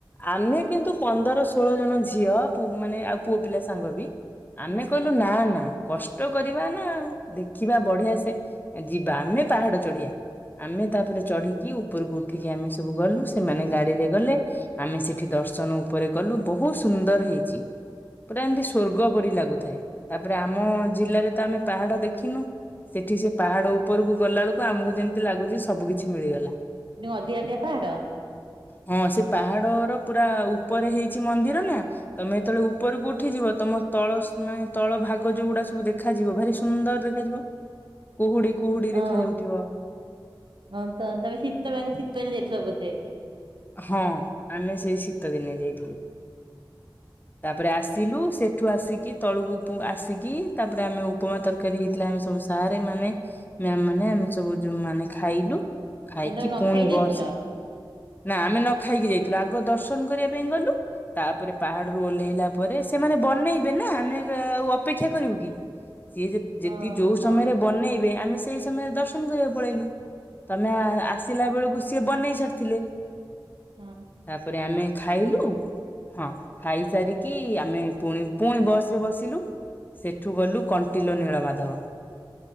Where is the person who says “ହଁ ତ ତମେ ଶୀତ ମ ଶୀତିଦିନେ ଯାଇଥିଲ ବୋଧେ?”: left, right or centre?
Right